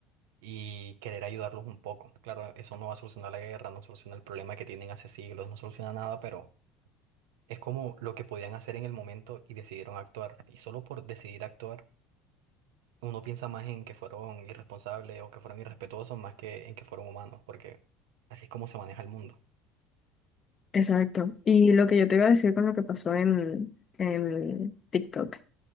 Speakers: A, on the right; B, on the left.
A: y querer ayudarlos un poco. Claro, eso no va a solucionar la guerra, no soluciona el problema que tienen hace siglos, no soluciona nada, pero es como lo que podían hacer en el momento y decidieron actuar. Y solo por decidir actuar uno piensa más en que fueron irresponsables o que fueron irrespetuosos más que en que fueron humanos, porque así es como se maneja el mundo.
B: exacto. Y lo que yo te iba a decir con lo que pasó en, en TikTok,